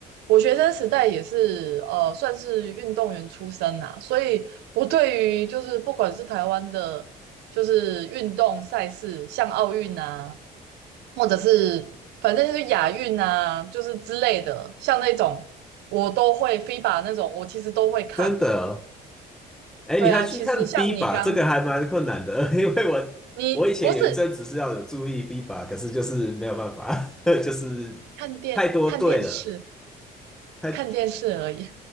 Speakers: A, on the right; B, in the centre.
A: 我学生时代也是呃算是运动员出身呐、所以我对于就是不管是台湾的，就是运动赛事，像奥运啊，或者是反正就是亚运啊，就是之类的，像那种我都会 FIBA 那种，我其实都会看诶、
B: 真的，哎，
A: 对啊，
B: 你还去看
A: 其实像你刚
B: FIBA，这个还蛮困难的，<laughs> 因为我我以前有一阵子是要有注意
A: 你不是
B: FIBA，可是就是没有办法，<laughs> 就是
A: 看电看电视
B: 太多队了，太
A: 看电视而已，